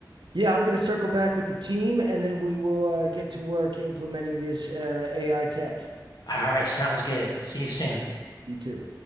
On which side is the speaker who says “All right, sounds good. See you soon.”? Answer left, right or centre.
Left